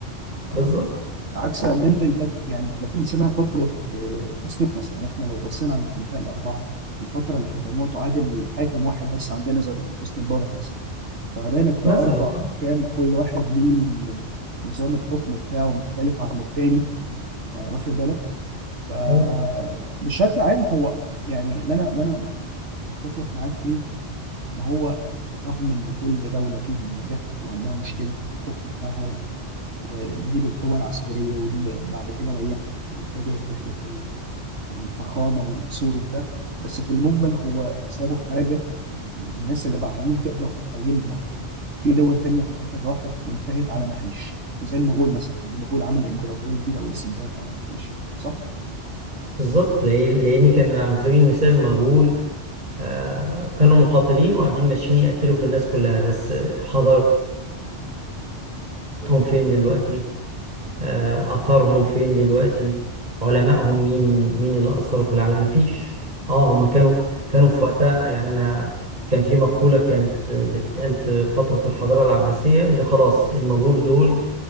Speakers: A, on the right (about 75°); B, on the right (about 40°).
A: اه
B: بالظبط
A: عكس ان انت يجيلك في- يعني 30 سنه فتره آه، حسن نفس يعني احنا لو بصينا على الخلفاء الاربعه الفتره اللي حكموها تعادل حاكم واحد بس عندنا زي حسني مبارك مثلا فما بالك باربع
B: مثلا اه
A: حكام كل واحد ليه ن- نظام الحكم بتاعه مختلف عن التاني آه، واخد بالك فبشكل
B: أيوة.
A: عام هو يعني اللي انا اللي انا متفق معاك فيه ان هو رغم ان كل دوله فيهم جت وعندها مشكله في الحكم بتاعها ودي بالقوة العسكرية ودي بعد كده ريحت واتجهت ناحية ال- الفخامة والقصور وبتاع بس في المجمل هو سابوا حاجة الناس اللي بعديهم تقدر تقيمهم عليها في دول تانية في الآخر راحت وانتهت على ما فيش زي المغول مثلا يعني المغول عملوا إمبراطورية كبيرة أوي بس انتهت على ما فيش يعني صح؟
B: بالظبط لأن لأن كان على سبيل المثال المغول آه كانوا مقاتلين وقاعدين ماشيين يقتلوا في الناس كلها بس حضارتهم فين دلوقتي آه أثرهم فين دلوقتي علمائهم مين مين اللي أثروا في العالم مفيش اه هما كانوا كانوا في وقتها يعني أنا كان في مقولة كانت بتتقال في فترة الحضارة العباسية اللي خلاص المغول دول